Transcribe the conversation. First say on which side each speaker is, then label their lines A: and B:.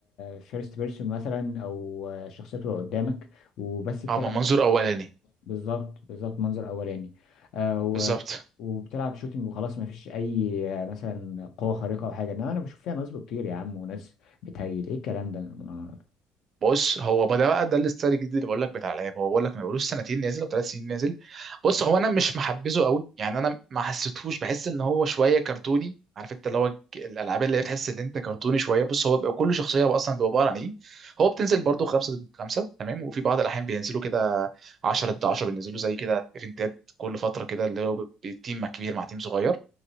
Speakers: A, on the left (about 70°); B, on the right (about 40°).
A: فيرست بيرسون مثلا او آه، الشخصيه تبقى قدامك وبس بتلعب
B: اه من منظور اولاني
A: بالظبط بالظبط منظر اولاني آه و...
B: بالظبط
A: وبتلعب شوتينج وخلاص ما فيش اي آه، مثلا قوه خارقه او حاجه انما انا بشوف فيها نصب كتير يا عم وناس بتهيل ايه الكلام ده ما-
B: بص هو ما ده بقى ده الاستايل الجديد اللي بقول لك بتاع العيب هو بقول لك ما بقولوش سنتين نازل او ثلاث سنين نازل بص هو انا مش محبذه قوي يعني انا ما حسيتهوش بحس ان هو شويه كرتوني عارف انت اللي هو الج- الالعاب اللي هي تحس ان انت كرتوني شويه بص هو بيبقى كل شخصيه هو اصلا بيبقى عباره عن ايه هو بتنزل برضو خمسه ضد خمسه تمام وفي بعض الاحيان بينزلوا كده 10 ضد 10 بينزلوا زي كده ايفنتات كل فتره كده اللي هو بي- تيم مع كبير مع تيم صغير